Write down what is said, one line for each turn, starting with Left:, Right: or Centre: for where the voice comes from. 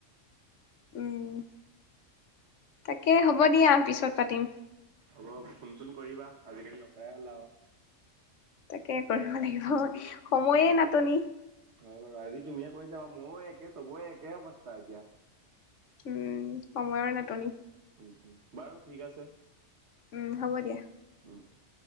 Left: উম তাকে হ'ব দিয়া পিছত পাতিম
Right: হ'ব ফোন চোন কৰিবা আজিকালি নকৰাই হ'ল আও
Left: তাকে কৰিব লাগিব হ সময়ে নাটনি
Right: হয় বাৰু আজি তুমিয়ে কৰিছা বাৰু ময়ো একে চবৰে একে অৱস্থা এতিয়া
Left: উম সময়ৰ নাটনি
Right: উম বাৰু ঠিক আছে।
Left: উম হ'ব দিয়া।
Right: উম উম